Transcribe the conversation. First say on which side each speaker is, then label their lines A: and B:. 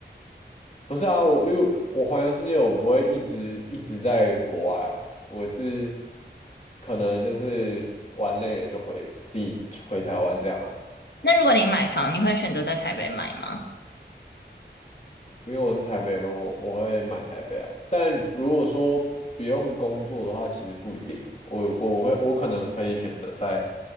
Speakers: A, on the left; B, on the left.
A: 不是啊，我因为我环游世界，我不会一直一直在国外啊，我是可能就是玩累了就回自己回台湾这样啊。
B: 那如果你买房，你会选择在台北买吗？
A: 因为我是台北人，我我会买台北啊。但如果说不用工作的话，其实不一定。我我会我可能可以选择在